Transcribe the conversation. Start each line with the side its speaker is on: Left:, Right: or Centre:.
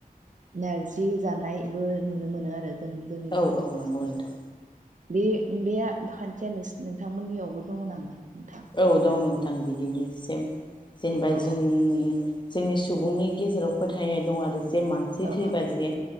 Right: नारजि जानाय। बो नुनो मोनो आरो। जों जोंनि
Left: औ
Right: बर' समाजाव
Left: औ नंगौ नोंथां
Right: बे बे। खान्थिया नोंसि नोंथांमोननियावबो दङ नामा। नोंथां
Left: औ दं नों। थां बिदिनो सेम। जेनेबा
Right: औ
Left: जोंनि
Right: औ
Left: जोंनि सुबुंनि गेजेराव। फोथायनाय दं आरो। जे मानसि
Right: औ
Left: थैबा
Right: औ
Left: जे।